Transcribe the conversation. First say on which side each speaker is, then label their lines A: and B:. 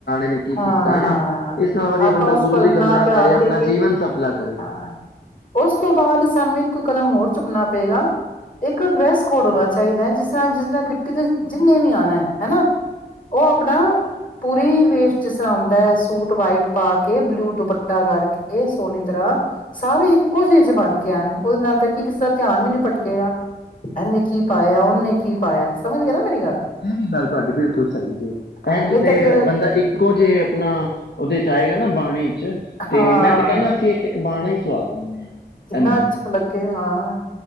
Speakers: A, on the left; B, on the left.
A: ਨੇ ਕੀ
B: ਹਾਂ-ਹਾਂ
A: ਕੀਤਾ ਹਨਾ। ਇਸ ਨਾਲ ਵਧੀਆ
B: ਆਪਾਂ
A: ਬੰਦਾ
B: ਉਸ
A: ਗੁਰੂ
B: ਪਲ
A: ਦੀ ਗੱਲਾਂ
B: ਨਾ ਧਿਆਨ
A: ਕਰੇ ਆਪਣਾ
B: ਦੇ ਕੇ,
A: ਜੀਵਨ ਸਫਲਾ ਕਰੇ
B: ਹਾਂ ਉਸ ਤੋਂ ਬਾਅਦ ਸਾਨੂੰ ਇੱਕ ਕਦਮ ਹੋਰ ਚੁੱਕਣਾ ਪਏਗਾ, ਇਕ ਡਰੈਸ ਕੋਡ ਹੋਣਾ ਚਾਹੀਦਾ ਹੈ, ਜਿਸ ਤਰਾਂ-ਜਿਸ ਤਰਾਂ ਕੀਟੀ ਤੇ ਜਿੰਨੇ ਵੀ ਆਣਾ ਹੈ ਹੈਨਾ। ਉਹ ਆਪਣਾ ਪੂਰੀ ਵੇਸ ਜਿਸ ਤਰ੍ਹਾਂ ਹੁੰਂਦਾ ਹੈ, ਸੂਟ ਵਾਈਟ ਪਾ ਕੇ, ਬਲੂ ਦੁਪੱਟਾ ਕਰਕੇ ਸੋਹਣੀ ਤਰ੍ਹਾਂ ਸਾਰੇ ਇੱਕੋ ਜਿਹੇ ਬਣ ਕੇ ਆਣ, ਉਹਦੇ ਨਾਲ ਦਾ ਦੇਖਿ ਕੀ ਕਿਸੇ ਦਾ ਧਿਆਨ ਵੀ ਨੀ ਭਟਕੇਗ। ਏਹਨੇ ਕੀ ਪਾਇਆ, ਓਹਨੇ ਕੀ ਪਾਇਆ। ਸਮਝ ਗਏ ਨਾ ਮੇਰੀ ਗੱਲ
A: ਹਾਂ, ਏਹ ਵੀ ਗੱਲ ਤੁਹਾਡੀ ਬਿਲਕੁਲ ਸਹ ਸਹੀ ਜੇ,
B: ਹਾਂ
A: ਏੰਝ
B: ਨਹੀਂ
A: ਤੇ
B: ਫਿਰ
A: ਬੰਦਾ ਇੱਕੋ ਜੇ ਆਪਣਾ ਉਹਦੇ ਚ ਆਏਗਾ। ਨਾ, ਬਾਣੀ ਚ ਤੇ
B: ਹਾਂ
A: ਮੈਂ ਤੇ ਕਹਿੰਦਾ ਸੀ, ਇੱਕ ਇੱਕ ਬਾੜੀ ਸੁਵਾ ਦੇ ਨੇ।
B: ਕਿੰਨਾ
A: ਇਹਨਾਂ ਨੂੰ
B: ਅੱਛਾ ਲੱਗੇ ਹਾਂ